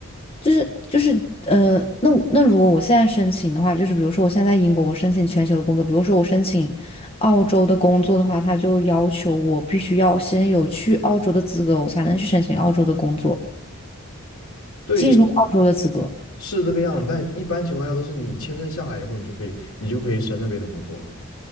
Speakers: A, on the left; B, on the left.
A: 就是就是呃，那我那如果我现在申请的话，就是比如说我现在在英国，我申请全球的工作，比如说我申请澳洲的工作的话，他就要求我必须要先有去澳洲的资格，我才能去申请澳洲的工作，
B: 对，
A: 进入澳洲的资格。
B: 是这个样，但一般情况下都是你签证下来以后，你就可以你就可以升那边的工作了。